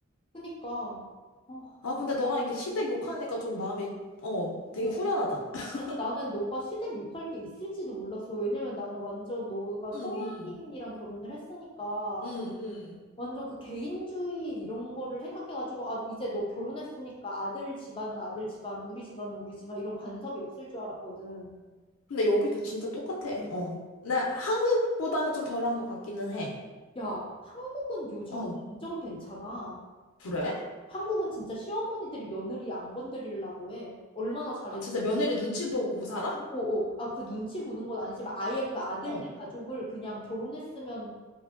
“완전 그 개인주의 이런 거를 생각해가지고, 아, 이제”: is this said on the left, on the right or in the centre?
Left